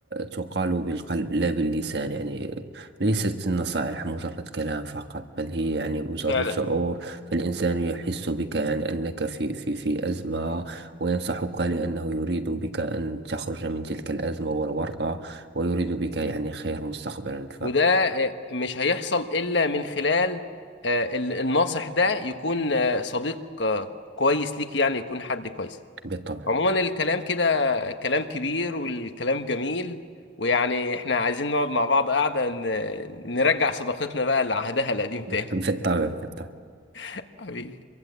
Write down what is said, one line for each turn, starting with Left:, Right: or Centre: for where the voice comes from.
Right: تقال بالقلب لا باللسان يعني ليست النصائح مجرد كلام فقط بل هي يعني مجرد
Left: فعلا
Right: شعور فالإنسان يحس بك يعني أنك في في في أزمة وينصحك لأنه يريد بك أن تخرج من تلك الأزمة والورطة ويريد بك يعني خير مستقبلا
Left: وده آه، مش هيحصل إلا من خلال آه، ال- الناصح ده يكون آه، صديق آه، كويس ليك يعني يكون حد كويس
Right: فبالطبع
Left: عموما الكلام كده كلام كبير والكلام جميل ويعني احنا عايزين نقعد مع بعض قاعدة ن- نرجع صداقتنا بقى لعهدها القديم تاني
Right: <laughs> بالطبع بالطبع
Left: <laughs> حبيبي